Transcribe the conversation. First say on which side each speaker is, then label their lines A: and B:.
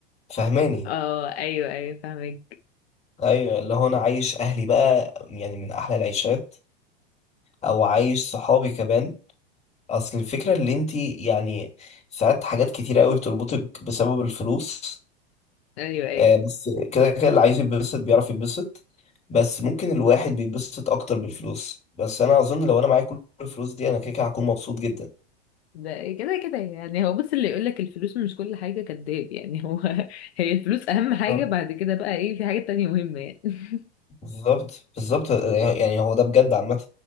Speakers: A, on the left; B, on the left.
A: فهماني
B: اه ايوه ايوه فاهمك
A: ايوه اللي هو انا عايش اهلي بقى يعني من احلى العيشات او عايش صحابي كمان اصل الفكره اللي انت يعني ساعات حاجات كتيره قوي بتربطك بسبب الفلوس
B: ايوه ايوه
A: آه بس كده كده اللي عايز يتبسط بيعرف يتبسط بس ممكن الواحد بيتبسط اكتر بالفلوس بس انا اظن لو انا معايا كل الفلوس دي انا كده كده هكون مبسوط جدا
B: ده كده كده يعني هو بص اللي يقولك الفلوس مش كل حاجة كداب يعني هو <laughs> هي الفلوس أهم حاجة
A: آه.
B: بعد كده بقى ايه في حاجات تانية مهمة يعني <laughs>
A: بالظبط بالظبط يعني هو ده بجد عامه